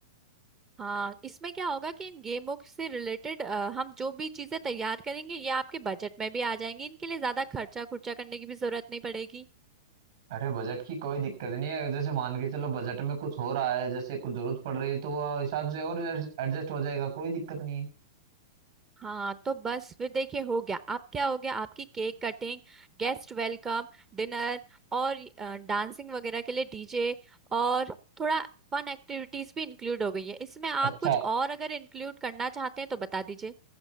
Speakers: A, on the right; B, on the right.
A: हाँ इसमें क्या होगा कि इन गेमों से रिलेटेड हम जो भी चीजें तैयार करेंगे ये आपके बजट में भी आ जाएंगी इनके लिए ज्यादा खर्चा खुर्चा करने की भी जरूरत नहीं पड़ेगी
B: अरे बजट की कोई दिक्कत नहीं है जैसे मान के चलो बजट में कुछ हो रहा है जैसे कुछ जरूरत पड़ रही है तो वो हिसाब से और एडजस्ट हो जाएगा कोई दिक्कत नहीं है
A: हाँ तो बस फिर देखिए हो गया अब क्या हो गया आपकी cake cutting guest welcome dinner और डांसिंग वगैरह के लिए डीजे और थोड़ा फन एक्टिविटीज भी इंक्लूड हो गई है इसमें आप
B: अच्छा
A: कुछ और अगर इंक्लूड करना चाहते हैं तो बता दीजिए